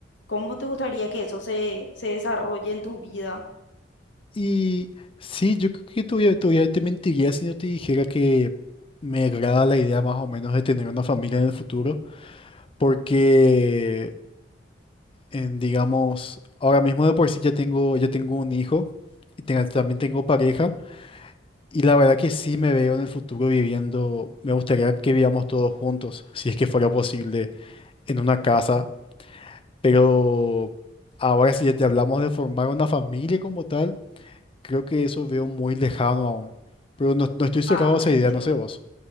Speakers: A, on the left (about 70°); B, on the left (about 30°).
A: ¿Cómo te gustaría que eso se, se desarrolle en tu vida?
B: Y sí, yo creo que todavía, todavía te mentiría si no te dijera que me agrada la idea más o menos de tener una familia en el futuro, porque, en, digamos, ahora mismo de por sí ya tengo, ya tengo un hijo y tenga- también tengo pareja, y la verdad que sí me veo en el futuro viviendo, me gustaría que vivamos todos juntos, si es que fuera posible, en una casa, pero ahora si ya te hablamos de formar una familia como tal. Creo que eso veo muy lejano aún. Pero no, no estoy cerrado
A: Ah,
B: a esa
A: entiendo.
B: idea, no sé vos.